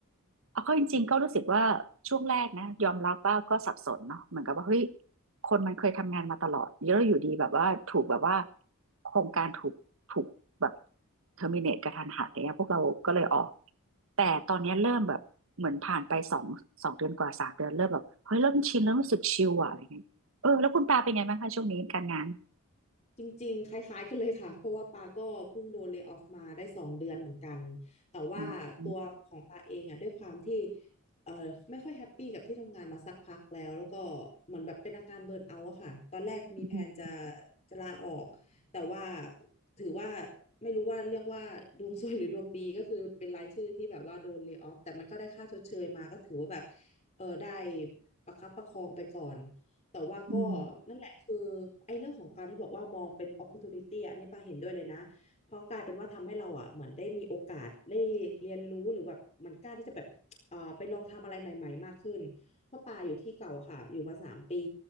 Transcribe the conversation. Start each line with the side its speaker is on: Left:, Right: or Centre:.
Right: เอาเข้าจริงๆก็รู้สึกว่าช่วงแรกนะยอมรับว่าก็สับสนเนาะเหมือนกับว่าเฮ้ยคนมันเคยทำงานมาตลอดแล้วอยู่ดีแบบว่าถูกแบบว่าโครงการถูกถูกแบบเทอร์มินเนตกระทันหันอะไรเงี้ยพวกเราก็เลยออกแต่ตอนเนี้ยเริ่มแบบเหมือนผ่านไปสองสองเดือนกว่าสามเดือนเริ่มแบบเฮ้ยเริ่มชินเริ่มรู้สึกชิลอะอะไรเงี้ยเออแล้วคุณปาเป็นไงบ้างคะช่วงนี้การงาน
Left: จริงๆคล้ายๆกันเลยค่ะเพราะว่าปาก็เพิ่งโดนเล y o ออฟมาได้สองเดือนเหมือนกันแต่ว่าตัวของปาเองอ่ะด้วยความที่
Right: อืม
Left: เอ่อไม่ค่อยแฮปปี้กับที่ทำงานมาสักพักแล้วแล้วก็เหมือนแบบเป็นอาการเบิร์นเอาท์อะค่ะตอนแรกมีแผนจะ
Right: อืม
Left: จะลาออกแต่ว่าถือว่าไม่รู้ว่าเรียกว่าดวงซวยหรือดวงดีก็คือเป็นรายชื่อที่แบบว่าโดนเล y o ออฟแต่มันก็ได้ค่าชดเชยมาก็ถือว่าแบบเออได้ประคับประคองไปก่อน แต่ว่าก็นั่นแหละคือไอ้เรื่องของการที่บอกว่ามองเป็น
Right: อืม
Left: opportunity อะอันนี้ปาเห็นด้วยเลยนะเพราะกลายเป็นว่าทำให้เราอ่ะเหมือนได้มีโอกาสได้เรียนรู้หรือแบบเหมันกล้าที่จะแบบเอ่อไปลองทำอะไรใหม่ๆมากขึ้นเพราะปาอยู่ที่เก่าอะค่ะอยู่มาสามปี